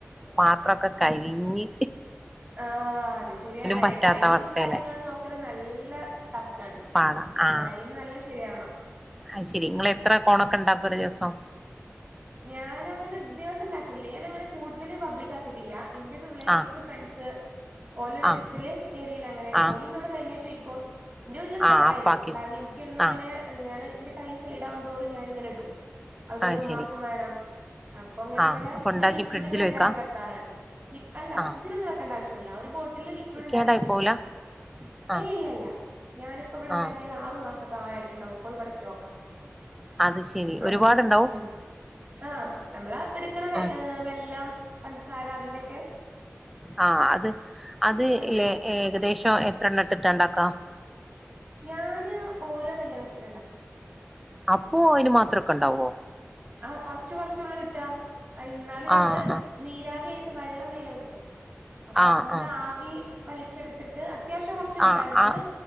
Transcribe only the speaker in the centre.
പാത്രൊക്കെ കരിഞ്ഞു.
പറ്റാത്ത
അവസ്ഥയിലായി
പാട ആ
അയി ശെരി ഇങ്ങള് എത്ര കോണൊക്കെ ണ്ടാക്കും ഒരു ദിവസം?
ആഹ്
ആഹ്
ആഹ്
ആഹ് അപ്പാക്കി
ആഹ്
അത്
ശരി
ആഹ്
അപ്പൊ ഇണ്ടാക്കി
ഫ്രിഡ്ജില്
വെക്കാ
ആഹ്
കേടായി
പോവൂല
ആഹ്
ആഹ്
അത് ശരി
ഒരുപാടുണ്ടാവും
ആഹ്
ആഹ അത് അത്
ഇല്ലെ ഏകദേശം എത്ര എണ്ണം ഇട്ടട്ടാ ഇണ്ടാക്ക.
അപ്പോ അതിന് മാത്രൊക്കണ്ടാവോ?
ആഹ്
ആഹ്
ആഹ്
ആഹ്
ആഹ് ആഹ്